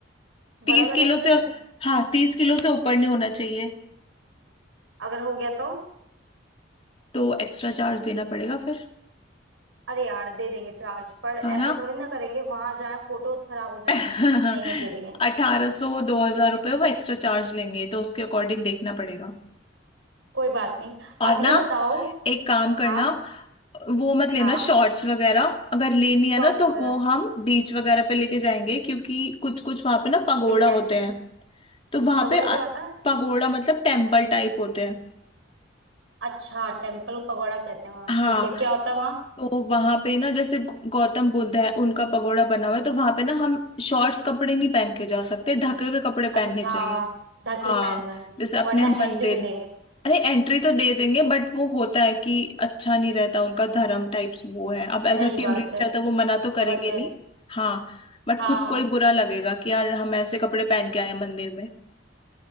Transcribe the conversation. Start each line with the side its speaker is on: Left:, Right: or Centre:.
Left: तीस
Right: बड़ा लगेज
Left: किलो
Right: ले
Left: से
Right: लूं
Left: हाँ तीस किलो से ऊपर नहीं होना चाहिए
Right: अगर हो गया तो
Left: तो एक्स्ट्रा चार्ज देना पड़ेगा फिर
Right: अरे यार दे देंगे चार्ज पर ऐसा
Left: है ना
Right: थोड़ी ना करेंगे वहां जाए फोटोज खराब हो जाए
Left: <laughs>
Right: नहीं नहीं दे देंगे
Left: अठारह सौ दो हजार रुपये वो एक्स्ट्रा चार्ज लेंगे तो उसके अकॉर्डिंग देखना पड़ेगा
Right: कोई बात नहीं
Left: और
Right: अब
Left: ना
Right: ये बताओ
Left: एक काम करना
Right: हाँ
Left: वो मत लेना
Right: हाँ
Left: शॉर्ट्स वगैरह अगर लेनी है
Right: शॉर्ट्स
Left: ना तो
Right: वगैरह
Left: वो हम बीच वगैरह पे लेके जाएंगे क्योंकि कुछ कुछ वहां पे ना पगोड़ा
Right: ठीक है
Left: होते हैं तो वहां
Right: तबोड़ा
Left: पे आ-
Right: क्या होता है
Left: पगोड़ा मतलब टेम्पल टाइप होते हैं
Right: अच्छा टेम्पल पगोड़ा कहते हैं वहाँ
Left: हाँ
Right: ठीक है क्या होता है
Left: तो वहां पे ना जैसे गौ- गौतम बुद्ध है उनका पगोड़ा बना हुआ है तो वहां पे ना हम शॉर्ट्स कपड़े नहीं पहन के जा सकते ढके हुए कपड़े
Right: अच्छा
Left: पहनने चाहिए
Right: ढक
Left: हाँ
Right: ही पहनना है
Left: जैसे अपने
Right: वरना
Left: हम मंदिर
Right: एंट्री नहीं देंगे
Left: अरे एंट्री तो दे देंगे बट वो होता है कि अच्छा नहीं रहता उनका धर्म टाइप्स वो है अब एज
Right: सही
Left: अ टूरिस्ट
Right: बात है
Left: है तो वो मना तो
Right: समझ
Left: करेंगे
Right: गए
Left: नहीं हाँ बट
Right: हाँ
Left: खुद को ही बुरा लगेगा कि यार हम ऐसे कपड़े पहन के आए हैं मंदिर में